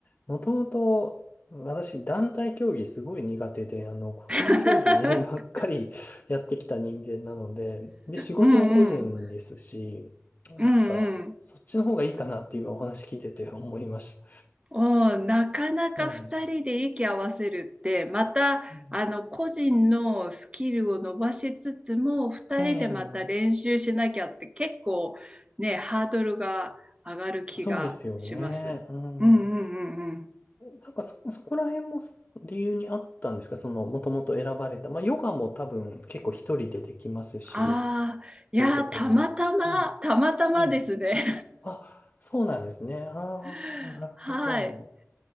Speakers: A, on the left; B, on the right.
A: もともと私団体競技すごい苦手で、あの、個人競技ばっかりやってきた人間なので、
B: <laughs>
A: で、仕事も個人ですし、
B: うんうん。うんうん。
A: なんか、そっちの方がいいかなって今お話聞いてて思いまし
B: おーなかなか二人で息合わせるって、
A: た。はい。
B: また、
A: え
B: あの、個人のスキルを伸ばしつつも、二人でまた練習しなきゃって結構ね、
A: え、ええ
B: ハードルが上がる気がします。
A: そうですよね。うんうん。
B: うんうんうんうん。
A: なんかそ、そこら辺もその理由にあったんですかその、もともと選ばれた。まあ、ヨガも多分結構一人でできますし、
B: ああ、
A: っていうところですけど。
B: いやー、たまたま、
A: うん。
B: たまたまですね。
A: ええ。あ、そうなんですね。ああ、
B: <laughs>
A: なるほど。
B: はい。